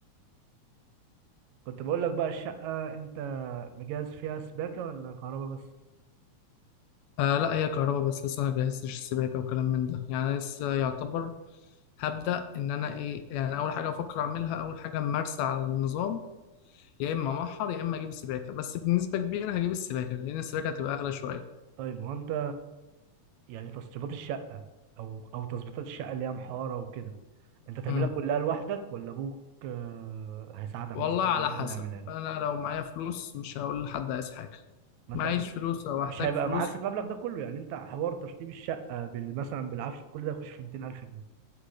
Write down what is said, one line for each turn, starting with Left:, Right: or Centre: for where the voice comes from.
Right: كنت بقول لك بقى الشقه انت مجهز فيها سباكه ولا كهرباء بس
Left: آه لا هي كهرباء بس لسه ما جهزتش السباكه وكلام من ده يعني انا لسه يعتبر هبدا ان انا ايه يعني اول حاجه افكر اعملها اول حاجه ممارسه على النظام يا اما محر يا اما اجيب السباكه بس بنسبه كبيره هجيب السباكه لان السباكه هتبقى اغلى شويه
Right: طيب هو انت يعني تشطيبات الشقة او او تظبيطات الشقة اللي هي محارة وكده انت تعملها
Left: امم
Right: كلها لوحدك ولا ابوك آه، هيساعدك
Left: والله
Right: مثلا
Left: على
Right: أو
Left: حسب
Right: هو اللي يعملها لك
Left: انا لو معايا فلوس مش هقول لحد عايز حاجه
Right: ما
Left: معيش
Right: انت اكيد مش
Left: فلوس او احتاج
Right: مش هيبقى
Left: فلوس
Right: معاك المبلغ ده كله يعني انت حوار تشطيب الشقة بال مثلا بالعفش كل ده يخش في 200000 جنيه